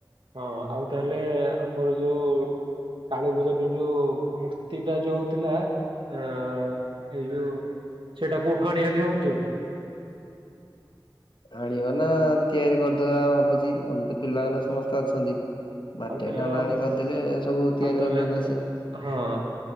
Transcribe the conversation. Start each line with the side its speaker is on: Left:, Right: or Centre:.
Right: ହଁ ଆଉ ତାହେଲେ ଆମର ଯୋଉ କାଳୀ ପୂଜା ପାଇଁ ଯୋଉ ମୂର୍ତ୍ତିଟା ଯୋଉ ହଉଥିଲା। ଆଁ ଏଇ ଯୋଉ ସେଇଟା କୋଉଠୁ ଆଣିବା ବୋଲି ଭାବୁଛୁ?
Left: ଆଣିବା ନା ତିଆରି କରିଦବା ଭାବୁଛି ଆମର ତ ପିଲାମାନେ ସମସ୍ତେ ଅଛନ୍ତି। ମାଟିଆ
Right: ଆଉ ତାହେଲେ
Left: କାର୍ଡ ଆଣି କରିଦେଲେ ସବୁ ତିଆରି
Right: ଆଉ ତାହେଲେ
Left: କରିଦିଅନ୍ତା ସେ।
Right: ହଁ